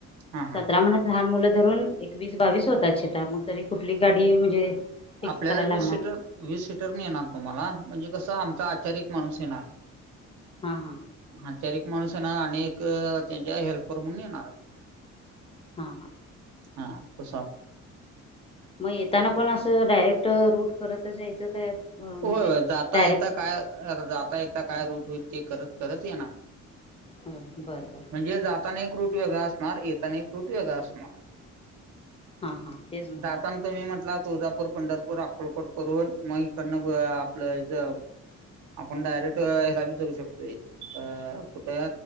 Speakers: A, on the right; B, on the left.
A: हा हा
B: सतरा म्हणत लहान मुलं धरून एकवीस बावीस होतात शिटा मग तरी कुठली गाडी म्हणजे फिक्स
A: आपल्याला
B: करायला
A: वीस
B: लागणार
A: सीटर वीस सीटर मिळणार तुम्हाला म्हणजे कस आम आचारी एक माणूस येणार,
B: हां हां
A: आचारी एक माणूस त्याना आणि एक त्यांच्या हेल्पर म्हणून येणार
B: हां हां
A: हा तस
B: म येताना पण असं डायरेक्ट रूट करतच यायचं काय? म्हणजे
A: होय होय जाता
B: डायरेक्ट
A: येता काय जाता येता काय रूट होईल ते करत करत येणार
B: बरं बरं
A: म्हणजे जाताना एक रूट वेगळा अस णार येताना एक रूट वेगळा असणार
B: हां हां तेच म्हणलं
A: जाताना तुम्ही म्हटला तुळजापूर, पंढरपूर, अक्कोलकोट करून मग इकडनं ब अ आपलं ह्याज आपण डायरेक्ट ह्याला बी जाऊ शकतोय अ कुठे